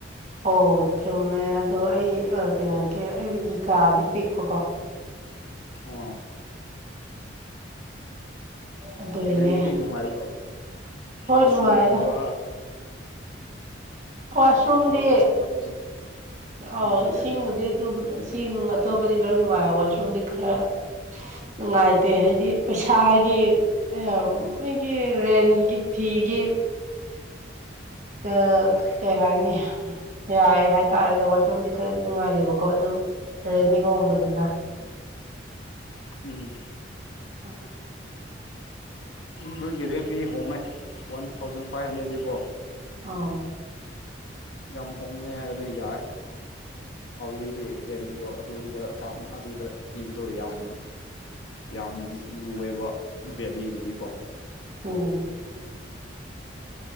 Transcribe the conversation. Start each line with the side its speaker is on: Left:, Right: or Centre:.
Right: ꯑꯣ ꯆꯨꯝꯃꯦ ꯑꯗꯣ ꯑꯩ ꯀꯩꯅꯣꯒꯤ ꯑꯩꯒꯤ ꯀꯥꯗꯤ ꯄꯤꯛꯄꯀꯣ
Left: ꯑꯣ <inaudible>
Right: ꯑꯗꯨꯏꯅꯦ
Left: ꯂꯩꯕꯗꯤ ꯅꯨꯡꯉꯥꯏꯕ꯭ꯔꯣ
Right: ꯍꯣꯏ
Left: ꯋꯥꯁꯔꯨꯝ
Right: ꯅꯨꯡꯉꯥꯏꯗ
Left: ꯀꯨꯝꯕ
Right: ꯋꯥꯁꯔꯨꯝꯗꯤ
Left: ꯋꯥꯇꯔ ꯁꯄ꯭ꯂꯥꯏꯒꯨꯝꯕ ꯀꯃꯥꯏꯅ
Right: ꯑ
Left: ꯇꯧꯒꯦ
Right: ꯏꯁꯤꯡꯕꯨꯗꯤ ꯑꯗꯨꯝ ꯆꯁꯤꯡ ꯑꯇꯣꯧꯕꯗꯤ ꯂꯣꯏ ꯅꯨꯡꯉꯥꯏ ꯋꯥꯁꯔꯨꯝꯗꯤ ꯈꯔ ꯅꯨꯡꯉꯥꯏꯇꯦ ꯍꯥꯏꯗꯤ ꯄꯩꯁꯥꯒꯤ ꯑꯩꯣꯏꯒꯤ ꯔꯦꯟꯒꯤ ꯐꯒꯤ ꯑ ꯀꯩ ꯍꯥꯏꯅꯤ ꯌꯥꯏꯦ ꯍꯥꯏꯇꯥꯔꯦꯅꯦ ꯋꯥꯁꯔꯨꯝꯗꯤ ꯈꯔꯗꯤ ꯅꯨꯡꯉꯥꯏꯗꯦꯕꯀꯣ ꯑꯗꯨ ꯔꯦꯟꯗꯤ ꯍꯣꯡꯕꯅꯤꯅ
Left: ꯎꯝ
Right: ꯑ
Left: ꯅꯣꯏꯒꯤ ꯔꯦꯟ ꯐꯤ ꯍꯣꯡꯉꯦ ꯋꯥꯟ ꯊꯥꯎꯖꯟ ꯐꯥꯏꯚ ꯍꯟꯗ꯭ꯔꯦꯗꯗꯤꯀꯣ
Right: ꯑꯥ
Left: ꯝ ꯍꯣꯡꯒꯦ ꯍꯥꯏꯕꯩ ꯌꯥꯏ ꯍꯧꯖꯤꯛꯇꯤ ꯔꯦꯟꯗꯣ ꯑꯗꯨꯗ ꯑꯗꯨꯗ ꯊꯤꯕꯗꯣ ꯌꯥꯝ ꯌꯥꯝ ꯂꯨꯑꯦꯕ ꯚꯦꯂꯤꯗꯗꯤꯀꯣ
Right: ꯑꯣ